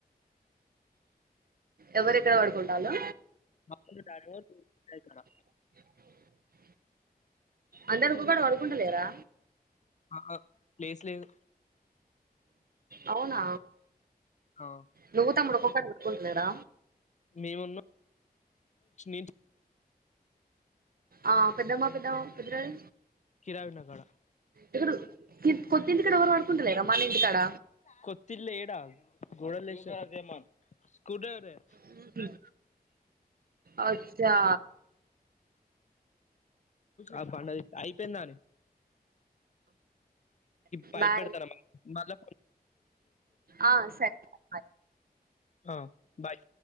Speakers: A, on the right; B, on the left.
A: ఎవరి ఎక్కడ పడుకుంటాలో
B: <unintelligible>
A: వు అందరకి కూకూండా పడుకుంటలేరా
B: ఆ ప్లేస్లేదు
A: అవునా
B: ఆ
A: నువ్వు తమ్ముడు ఒక్కొక్కలు కొట్టుకుంటున్నార
B: మేమున్న న
A: ఆ పెదమ్మ కదా పెదడాడి
B: కిరాయి ఉన్న కాడ
A: ఇక్కడ కోతింటికాడ ఎవరు పడుకుంటలేర మన ఇంటికాడ
B: కొతిల్లే ఎడా గోడల్ అదేమన్ స్క్రూ డ్రైవరే
A: ఉహామ్ అచ్చా
B: అ బండ అయిపోయిందని పై
A: బాయ్
B: పెడతారా మళ్ళా
A: ఆ, సరే బాయ్
B: అ బాయ్